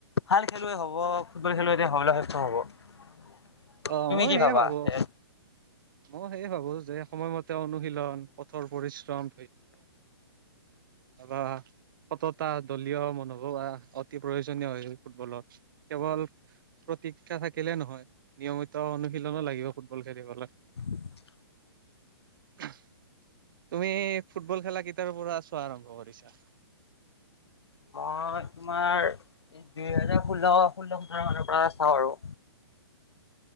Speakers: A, on the left; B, on the right.
A: ভাল খেলুৱৈ হব, ফুটবল খেলুৱৈ এতিয়া হবলৈ সক্ষম হব।
B: অ'
A: তুমি
B: মই
A: কি
B: সেয়ে
A: ভাবা?
B: ভাবো।
A: যে
B: মই সেয়ে ভাবো। যে সময়মতে অনুশীলন কঠোৰ পৰিশ্ৰম অভাক <unintelligible> সততা, দলীয় মনোভাৱ অতি প্ৰয়োজনীয় হয় ফুটবলত, কেৱল তিকা থাকিলেও নহয়, নিয়মিতা অনুশীলনো লাগিব ফুটবল খেলিবলৈ।
A: <unintelligible>
B: তুমি ফুটবল খেলা কেতিয়াৰ পৰা চোৱা আৰম্ভ কৰিছা? <unintelligible>
A: মই তোমাৰ এই দুই হেজাৰ ষোল্ল ষোল্ল সোতৰ মানৰ পৰা চাওঁ আৰু।